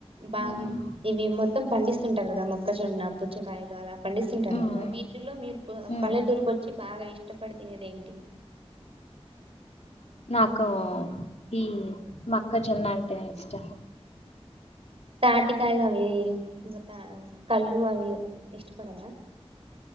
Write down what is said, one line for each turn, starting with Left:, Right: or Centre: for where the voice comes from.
Right: బా
Left: ఉమ్
Right: ఇవి మొత్తం పండిస్తుంటారు కదా మొక్కజొన్న పుచ్చకాయలు అలా పండిస్తుంటారు
Left: ఉమ్
Right: కదా వీటిలో మీరు
Left: ఉమ్.
Right: పల్లెటూరుకి వచ్చి బాగా ఇష్టపడి తినేది ఏంటి
Left: నాకు ఈ మక్కజొన్న అంటేనే ఇష్టం
Right: తాటికాయలు అవి ఇంగ తా కళ్ళు అవి ఇష్టపడరా